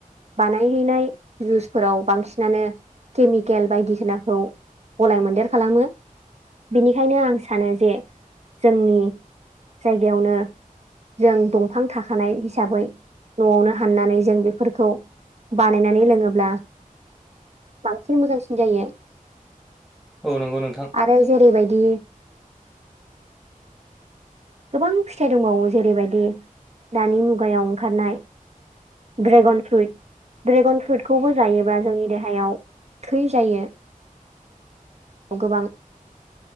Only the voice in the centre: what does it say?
औ नंगौ नोंथां
<inaudible>